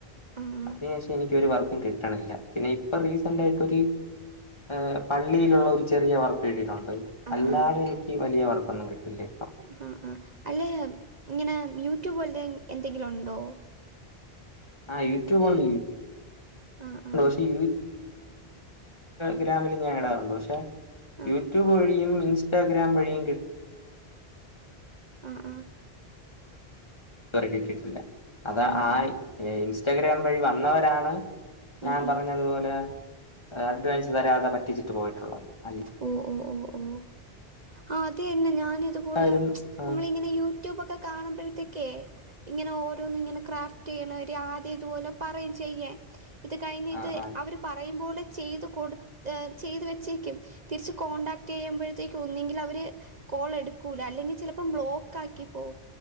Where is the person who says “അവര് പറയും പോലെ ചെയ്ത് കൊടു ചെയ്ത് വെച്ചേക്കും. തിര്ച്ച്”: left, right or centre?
Right